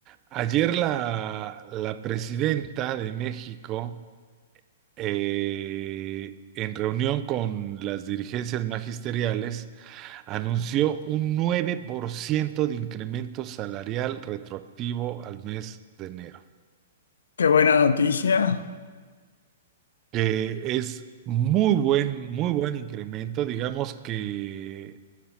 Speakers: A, on the right; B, on the left.
A: ayer la, la presidenta de México, eh, en reunión con las dirigencias magisteriales, anunció un 9% de incremento salarial retroactivo al mes de enero,
B: qué buena noticia.
A: que es muy buen, muy buen incremento, digamos que